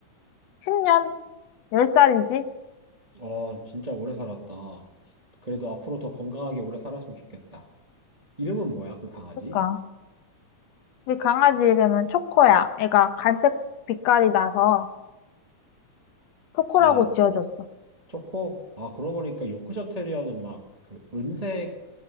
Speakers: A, on the left (about 65°); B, on the right (about 20°).
A: 10년? 10살이지?
B: 어, 진짜 오래 살았다. 그래도 앞으로 더 건강하게 오래 살았으면 좋겠다. 이름은 뭐야, 그 강아지?
A: 그러니까. 우리 강아지 이름은 초코야. 애가 갈색 빛깔이 나서 초코라고
B: 아,
A: 지어줬어.
B: 초코? 아, 그러고 보니까 요크셔 테리어는 막 그 은색